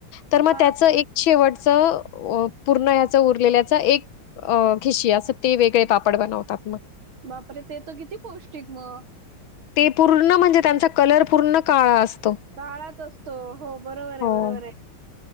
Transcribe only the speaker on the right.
हा
बापरे ते तर किती पौष्टिक मग
काळात असतो हो बरोबर ये
बरोबर ये